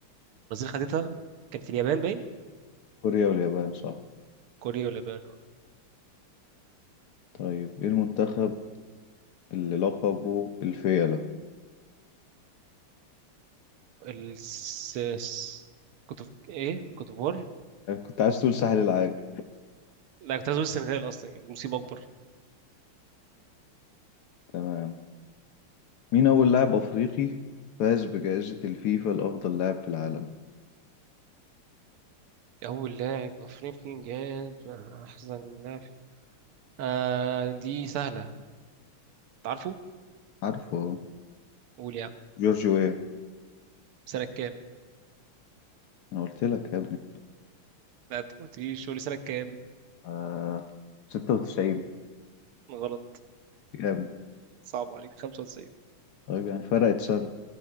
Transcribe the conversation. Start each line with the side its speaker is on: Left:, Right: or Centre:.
Right: خدتها كان في اليابان باين
Left: كوريا واليابان صح
Right: كوريا ولا اليابان اه
Left: طيب ايه المنتخب اللي لقبه الفيلة
Right: الس... الس- كنت ايه كنت بور
Left: يعني كنت عايز تقول ساحل العاج
Right: لا كنت عايز اقول السنغال اصلا يعني دي مصيبه اكبر
Left: تمام مين أول لاعب أفريقي فاز بجائزة الفيفا لأفضل لاعب في العالم
Right: اول لاعب افريقي جاب احسن لاعب آه دي سهله تعرفه
Left: عارفه هو.
Right: قول يا عم
Left: جورج ويا
Right: سنه كام
Left: أنا قلت لك يا ابني
Right: لا انت ما قلتليش قول لي سنه كام
Left: آه 96
Right: غلط
Left: كام
Right: صعب عليك 95
Left: طيب يعني فرقت سنة